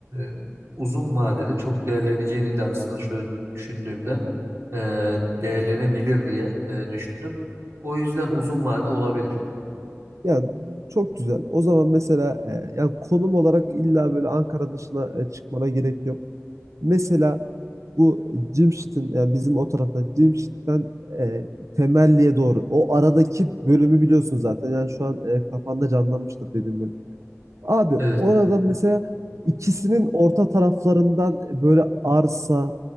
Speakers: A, on the right; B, on the right.
A: e, uzun vadede çok değerleneceğini de aslında şöyle düşündüğümde e, değerlenebilir diye e, düşündüm. O yüzden uzun vade olabilir.
B: Ya çok güzel. O zaman mesela e, yani konum olarak illa böyle Ankara dışına e, çıkmana gerek yok. Mesela bu Cimşit'in yani bizim o taraftan Cimşit'ten e, Temelli'ye doğru. O aradaki bölümü biliyorsun zaten. Yani şu an e, kafanda canlanmıştır dediğim bölüm. Abi
A: Evet.
B: orada mesela ikisinin orta taraflarından böyle arsa,